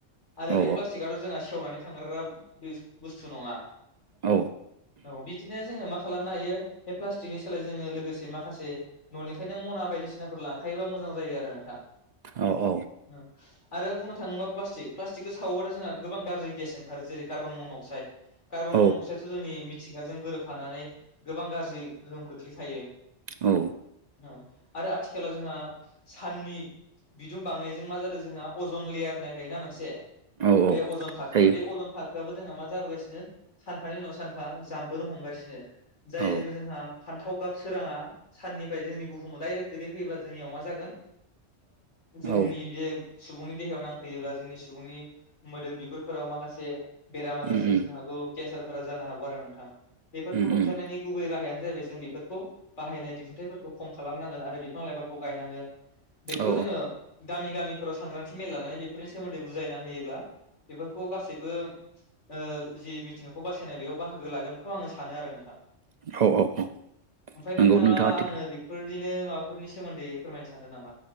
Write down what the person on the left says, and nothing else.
आरो
बे प्लास्टिकआथ' जोंहा सेवनानै थांगारग्रा बिस बुस्थु नङा
औ बिदिनो जोङो मा खालामनो हायो बे प्लास्टिकनि सोलाय जोङो लोगोसे माखासे न'निफ्रायनो मना बायदिसिनाफोर लांखायोबा मोजां जायो आरो नोंथां।
औ आरो बुंनो थाङोब्ला प्लास्टिक प्लास्टिकखौ सावोबा जोंहा गोबां गाज्रि गेस ओंखार जेरै कार्बन मन अक्साइड कार्बन
मन' जोंनि मिथिंगाजों गोरोबफानानै गोबां गाज्रि गोहोम खोख्लैखायो।
औ आरो आथिखालाव जोंहा साननि बिदुं बांनायजों मा जादों जोंहा अजन लेयार होननाय थायोना मोनसे
बे अजन थाखो
बे अजन थाखोआबो जोंहा मा जाबोगासिनो सानफानि उनाव सानफा जाम्बोनो हमगासिनो जायजों
जोंहा फान्थाव गाब सोराङा साननिफ्राय जोंनि बुहुमाव दडाइरेक्ट गोगलैफैयोबा जोंनियाव मा जागोन जोंनि
बे सुबुंनि देहायाव नांफैयोब्ला जोंनि सुबुंनि मोदोम बिगुरफोराव माखासे। बेराम आजार
सोरजिनो
हागौ केन्सारफोरा जानो हागौ आरो नोंथां। बेफोरखौ
होबथारानायनि
गुबै राहायानो। जाहैबाय जों बेफोरखौ बाहायनाय दिहुनथाइफोरखौ खम खालामनांगोन आरो बिफां लाइफांखौ गायनांगोन। बेखौ
जोंङो गामि गामिफोराव सांग्रांथि मेल लानानै बेफोरनि सोमोन्दै बुजायना होयोब्ला बेफोरखौ गासैबो ओ जि। खौ बासायनाय बेयाव बाहागो लागोनखौ आंङो सानो आरो नोंथां।
ओमफाय नोंथांङा
आंनो
बेफोर बिदिनो माबाफोरनि सोमोन्दै फोरमायनो सानदों नामा